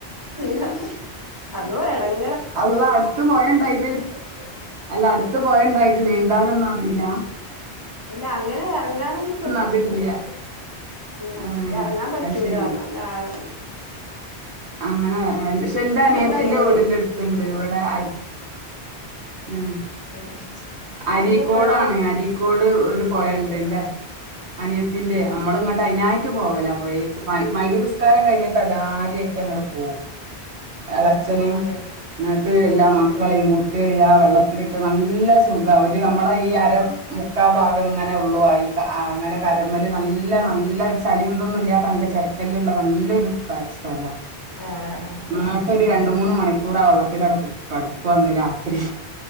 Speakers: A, on the left; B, on the right.
A: റ അതവാ ഇടങ്ങ <unintelligible>
B: അള്ളാ അടുത്ത പോയ ഉണ്ടായിട്ട് അല്ല അടുത്ത പോയണ്ടായിട്ട് നീന്താനൊന്ന ഇല്ല
A: ഇല്ല അങ്ങനെ ഇറങ്ങാനൊന്നും പറ്റൂല
B: അതില്ല
A: ആ
B: ഏഹ്
A: ഇറങ്ങാൻ പറ്റൂല
B: അത് ശരി
A: നല്ല ആഴാണ്.
B: അങ്ങനെ പക്ഷെ എന്റെ അനിയത്തിറെ
A: ഞാൻ ഇബടേന്ന്
B: വീടിന്റെ അടുത്ത്ണ്ട് ഇവിടെ അരു ആഹ്
A: ഉം
B: അരീക്കോടാണ്
A: അന്ന് ഇവടെ
B: അരീക്കോട് ഒരു പൊയ്യ ഉണ്ട്ന്റെ അനിയത്തിന്റെ,
A: ആഹ്
B: നമ്മൾ ഇങ്ങോട്ട് അതിനായി മു പോവല പോയ മര്യപസ്കാരം കഴിഞ്ഞിട്ട് എല്ലാവരും ആയിട്ട് അങ്ങടെ പോവും. ഇളച്ഛന
A: ആഹ് ആഹ് അതെ
B: ഇങ്ങോട്ട് എല്ലാം
A: ആഹ്
B: മക്കളെയും കുട്ടികളെയ ആ വെള്ളത്തിലിട്ട് നല്ല സൂ അവര് നമ്മളെ ഈ അര മുക്കാ ഭാഗം ഇങ്ങനെ ഉള്ളു ഈ അങ്ങനെ കരമ്പലി നല്ല നല്ല നല്ല ചളി എന്തൊന്നും ഇല്ലാത്ത നല്ല ചെരക്കല്ലള്ള നല്ലൊരു സ് സ്ഥലം
A: ആഹ്
B: ആഹ ശരി രണ്ട മൂന്ന് മണിക്കൂർ ആ വെള്ളത്തിലടെ കടപ്പ വന്ന് രാത്രി